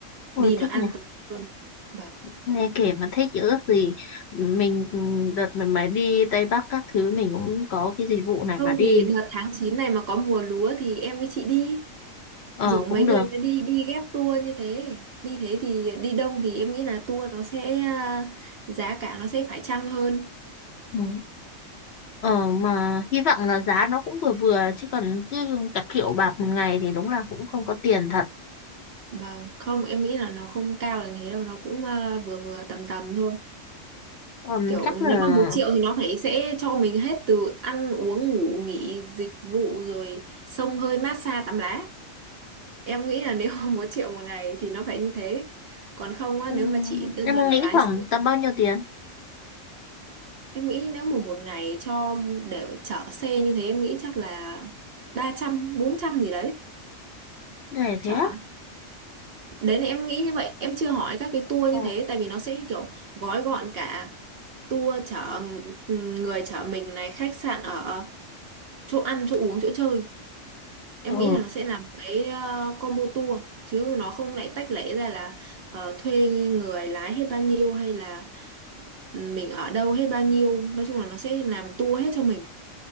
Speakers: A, on the left; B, on the right.
A: Ôi
B: đi nó
A: thích
B: an
A: nhỉ
B: toàn hơn vâng
A: nghe kể mà thích chứ ước gì mình ừ, đợt mình mới đi Tây Bắc các thứ mình cũng có cái dịch vụ này
B: không
A: mà đi
B: thì đợt tháng 9 này mà có mùa lúa thì em với chị đi
A: ờ
B: rủ mấy
A: cũng được
B: người ra đi đi ghép tour như thế đi thế thì đi đông thì em nghĩ là tour nó sẽ à, giá cả nó sẽ phải chăng hơn
A: Ừ. ờ mà hy vọng là giá nó cũng vừa vừa chứ còn cứ cả triệu bạc một ngày thì đúng là cũng không có tiền thật
B: vâng không em nghĩ là nó không cao đến thế đâu nó cũng à, vừa vừa tầm tầm thôi
A: Ừm,
B: kiểu
A: chắc
B: nếu
A: là
B: mà một triệu thì nó phải sẽ cho mình hết từ ăn uống ngủ nghỉ dịch vụ rồi xông hơi massage tắm lá em nghĩ là <laughs> nếu mà một triệu một ngày thì nó phải như thế còn không á
A: Ừ,
B: nếu mà chỉ đơn
A: em
B: thuần
A: muốn
B: là
A: nghĩ
B: lái
A: khoảng
B: xe
A: tầm bao nhiêu tiền
B: Em nghĩ nếu mà một ngày cho để chở xe như thế em nghĩ chắc là ba trăm bốn trăm gì đấy.
A: để
B: Chở.
A: thế á
B: Đấy là em nghĩ như vậy. Em chưa hỏi các cái tour
A: ờ
B: như thế tại vì nó sẽ kiểu gói gọn cả tour chở ừm, người chở mình này, khách sạn ở, chỗ ăn, chỗ uống, chỗ chơi. Em
A: Ờ,
B: nghĩ là nó sẽ là một cái ờ, combo tour chứ nó không lại tách lẻ ra là ờ, thuê người lái hết bao nhiêu hay là ừm, mình ở đâu hết bao nhiêu. Nói chung là nó sẽ làm tour hết cho mình,